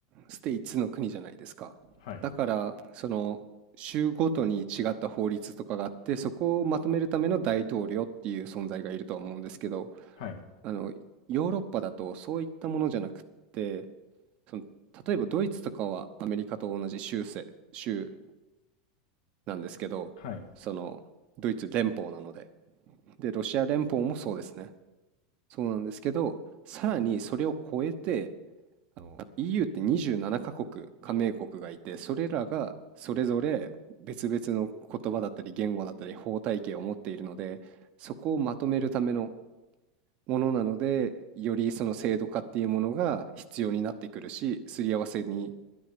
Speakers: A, on the right; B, on the left.
A: ステイツの国じゃないですか。
B: はい。
A: だから、その、州ごとに違った法律とかがあって、そこをまとめるための大統領っていう存在がいるとは思うんですけど、
B: はい。
A: あの、ヨーロッパだとそういったものじゃなくって、その、例えばドイツとかはアメリカと同じ州制、州なんですけど、
B: はい。
A: その、ドイツ連邦なので。で、ロシア連邦もそうですね。そうなんですけど、さらにそれを超えて、あの EU って27カ国加盟国がいてそれらがそれぞれ別々の言葉だったり言語だったり法体系を持っているのでそこをまとめるためのものなのでよりその制度化っていうものが必要になってくるしすり合わせに